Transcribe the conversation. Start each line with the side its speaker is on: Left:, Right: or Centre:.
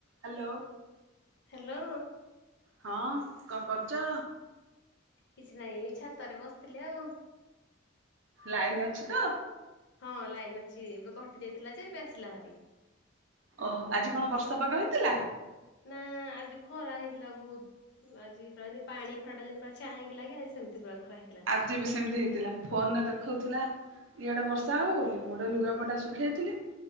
Right: Hello.
Left: Hello.
Right: ହଁ କଣ କରୁଚ?
Left: କିଛି ନାହିଁ ଏ ଛାତରେ ବସିଥିଲେ ଆଉ।
Right: ଲାଇନ ଅଛି ତ?
Left: ହଁ, ଲାଇନ ଅଛି ଏବେ କଟି ଯାଇଥିଲା ଯେ ଏବେ ଆସିଲା ଭାରି।
Right: ଓହୋ ଆଜି କଣ ବର୍ଷା ପାଗ ହେଇଥିଲା?
Left: ନା। ଆଜି ଖରା ହେଇଥିଲା ବହୁତ, ଆଜି ପ୍ରାୟ ପାଣି ଖରା ଟା ଯେମିତି ପୁରା ଚାଇଁ କି ଲାଗେ ଆଜି ସେମିତି ପୁରା ଖରା ହେଇଥିଲା।
Right: ଆଜି ବି ସେମିତି ହେଇଥିଲା ଫୋନରେ ଦେ ଖଉଥିଲା ଇଆଡେ ବର୍ଷା ହବ ବୋଲି ମୁୋଡ ଲୁଗାପଟା ଶୁଖେଇଥିଲି।